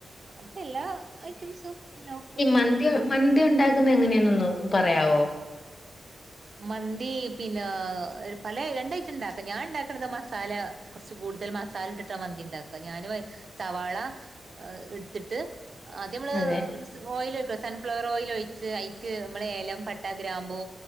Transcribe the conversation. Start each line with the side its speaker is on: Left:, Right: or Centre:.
Right: അപ്പൊ എല്ലാ ഐറ്റംസും നോക്കും
Left: മന്തിയ മന്തി ഉണ്ടാകുന്നത് എങ്ങനെയന്നൊന്ന് പറയാവോ
Right: മന്തി പിന്നെ പല രണ്ടായിട്ടും ഇണ്ടാക്കാം ഞാൻ ഉണ്ടാക്കണത് മസാല കുറച്ച് കൂടുതൽ മസാല ഇിട്ടിട്ട മന്തി ഉണ്ടാക്കുക ഞാന് സവാള എടുത്തിട്ട് ആദ്യമ്മള്
Left: അതെ
Right: ഓയിൽ ഒഴ സൺഫ്ലവർ ഓയിൽ ഒഴിച്ച് ഐക്ക് നമ്മളെഏലം പട്ടാ ഗ്രാമ്പു